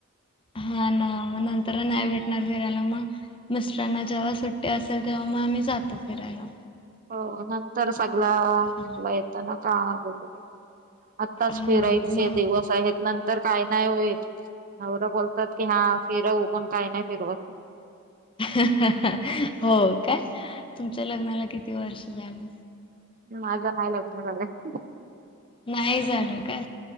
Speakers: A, on the left (about 25°); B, on the right (about 40°).
A: हा ना मग नंतर नाही भेटणार फिरायला मग मिस्टरांना जेव्हा सुट्टी असेल तेव्हा मग आम्ही जातो फिरायला.
B: हो नंतर सगळं
A: हा
B: येत ना काम वगैरे. आत्ताच
A: हा
B: फिरायचे
A: मग
B: दिवस आहेत नंतर काय नाही होईत. बोलतात की हा फिरवू पण काय नाही फिरवत
A: हो काय तुमच्या लग्नाला किती वर्ष झालं?
B: माझा नाही लग्न झालं.
A: नाही झालं का